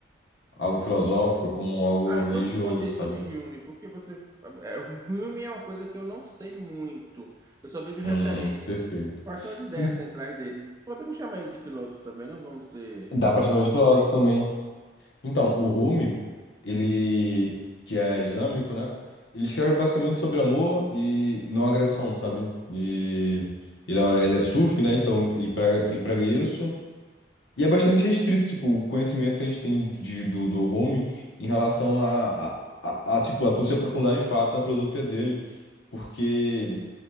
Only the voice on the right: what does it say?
Ah,
então me conte aí
sobre Hume, porque você, é, o Hume é uma coisa que eu não sei muito. Eu só vejo
referências.
Quais são as ideias
centrais dele? Podemos chamar ele de filósofo também, não vamos ser
estritos.